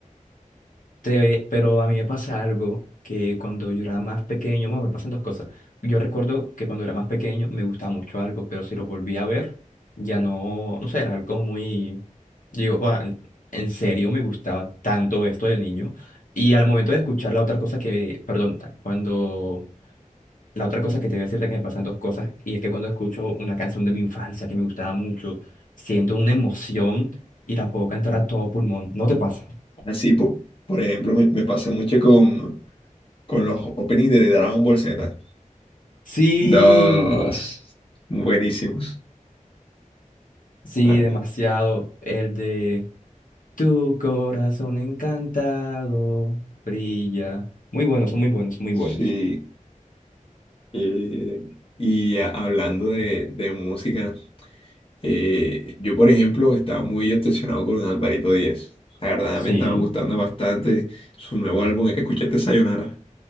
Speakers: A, on the left; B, on the left.
A: Te- pero a mí me pasa algo que cuando yo era más pequeño, bueno, me pasan dos cosas. Yo recuerdo que cuando era más pequeño me gustaba mucho algo, pero si lo volví a ver, ya no, no sé, era algo muy, digo, "Juan, en serio me gustaba tanto esto de niño. Y al momento de escuchar la otra cosa que, perdón, cuando, la otra cosa que te voy a decir de que me pasan dos cosas, y es que cuando escucho una canción de mi infancia que me gustaba mucho, siento una emoción y la puedo cantar a todo pulmón. ¿No te pasa?
B: Así, por, por ejemplo, me, me pasa mucho con, con los openings de Dragon Ball Z.
A: Sí.
B: Dos. Buenísimos.
A: Sí,
B: Ah,
A: demasiado. El de Tu corazón encantado brilla. Muy buenos, son muy buenos, muy
B: sí.
A: buenos.
B: eh, y a- hablando de, de música. Eh, yo, por ejemplo, estaba muy obsesionado con Alvarito Díaz. La verdad
A: Sí,
B: me estaba gustando bastante su nuevo álbum. Escuchaste Sayonara,